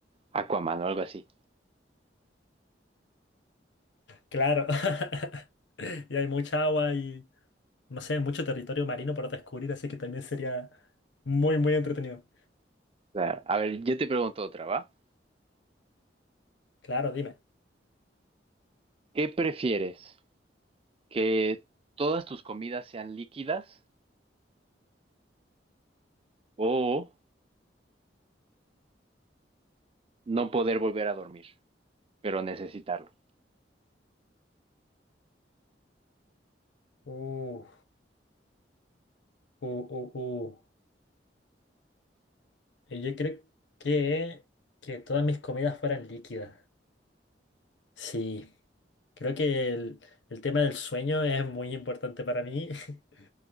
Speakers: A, on the right (about 30°); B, on the left (about 80°).
A: Aquaman o algo así.
B: Claro. <laughs> Y hay mucha agua y, no sé, mucho territorio marino para descubrir, así que también sería muy, muy entretenido.
A: Claro. A ver, yo te pregunto otra, ¿va?
B: Claro, dime.
A: ¿Qué prefieres? ¿Que todas tus comidas sean líquidas o no poder volver a dormir, pero necesitarlo?
B: Uh, uh, uh, uh. Eh, Yo creo que, que todas mis comidas fueran líquidas. Sí, creo que el, el tema del sueño es muy importante para mí. <laughs>